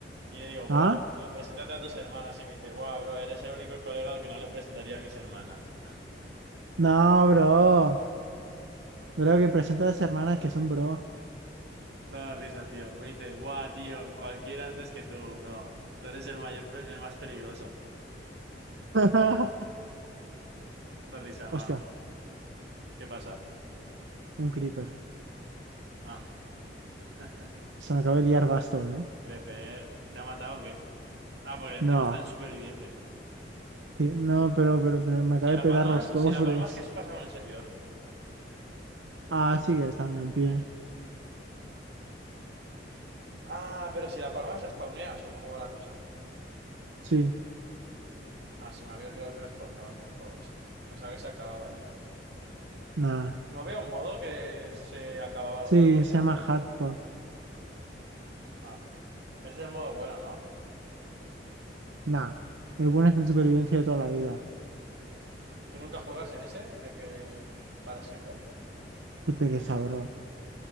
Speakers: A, on the right; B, on the right.
A: Y le digo, buah,
B: ¿Ah?
A: bro, preséntate a tus hermanas. Y me dice, buah, bro, eres el único colega al que no le presentaría a mis hermanas.
B: No, bro. Bro, que presenta a las hermanas que son bro.
A: Toda risa, tío. Me dice, buah, tío, cualquiera antes que tú, bro. Tú eres el mayor, pe- el más peligroso.
B: <laughs>
A: Te risa, hermano.
B: Hostia.
A: ¿Qué pasa?
B: Un creeper.
A: Ah, <laughs>
B: Se me acaba de liar basto, ¿eh?
A: Creper, ¿te ha matado o qué? Ah, porque encima
B: No,
A: estás en superviviente.
B: sí, no, pero, pero, pero me acaba
A: Si la
B: de petar
A: palmas,
B: los cofres.
A: si la palmas, ¿qué se pasa con el servidor?
B: Ah, sigue estando en pie.
A: Ah, pero si la palmas respawneas o cómo va la cosa.
B: Sí,
A: Ah, se me había olvidado que respawneabas en el juego ese. Pensaba que se acababa y ya.
B: nada.
A: ¿No había un modo que se acababa el
B: Sí,
A: juego y
B: se
A: ya?
B: llama Hardcore.
A: Ah, ese es el modo bueno, ¿no?
B: Nah. El bueno es en supervivencia de toda la vida.
A: ¿Tú nunca juegas en ese? ¿De que para siempre?
B: Qué pereza, bro.